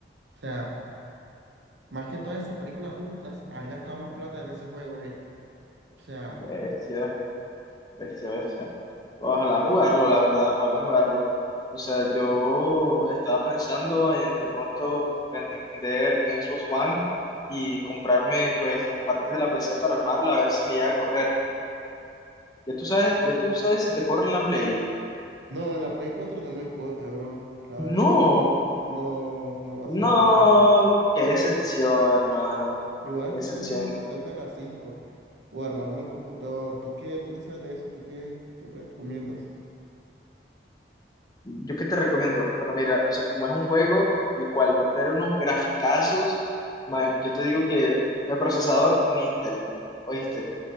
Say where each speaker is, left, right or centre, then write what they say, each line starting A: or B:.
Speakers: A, on the right; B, on the left.
A: O sea, más que todas esas películas juntas, han gastado más plata en ese juego, ey. O sea,
B: Bestia, bestia, bestia. Ojalá
A: yo,
B: jugarlo, la verdad, ojalá jugarlo. O sea, yo estaba pensando en de pronto vender mi Xbox One y comprarme pues las partes de la PC para armarla, a ver si me llega a correr. Ya tú sabes, ya tú sabes si te corre en la Play.
A: no, la Play cuatro no me corre, bro. La verdad
B: No,
A: es que no me corre. No, no va
B: no,
A: a salir para Play
B: qué excepción, hermano.
A: Igual
B: Qué
A: estoy
B: excepción.
A: pensando en pasarme a las 5 o armarme el computador. ¿Tú qué? ¿Tú qué sabes de eso? ¿Tú qué, qué me recomiendas?
B: ¿Yo qué te recomiendo? Bueno, mira, o sea, como es un juego el cual va a tener unos graficazos, man, yo te digo que de procesador, un Intel. ¿Oíste?